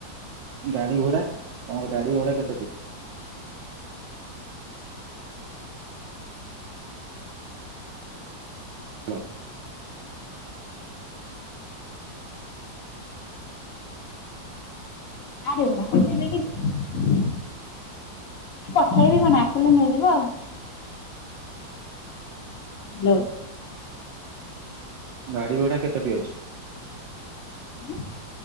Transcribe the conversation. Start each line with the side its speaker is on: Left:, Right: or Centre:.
Right: ଗାଡି ଘୋଡା ତମର ଗାଡି ଘୋଡା କେତୋଟି? ହାଲୋ।
Left: ଆରୋ <unintelligible> କଥା ହେବି କଣ ଆସିଲେ ନେଇଯିବ ଆଉ। ହ୍ୟାଲୋ।
Right: ଗାଡି ଭଡା କେତୋଟି ଅଛି?
Left: ଏଁ